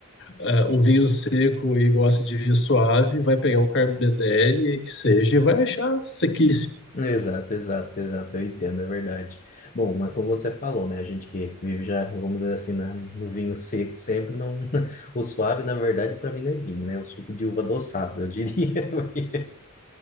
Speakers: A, on the left; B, on the left.
A: ah, um vinho seco e gosta de vinho suave vai pegar um Carmenere que seja e vai achar sequíssimo.
B: Exato, exato, exato. Eu entendo, é verdade. Bom, mas como você falou, né? A gente que vive já, vamos dizer assim, na, no vinho seco sempre, não. <laughs> O suave, na verdade, para mim não é vinho, né? É o suco de uva adoçado, eu diria. <laughs> porque-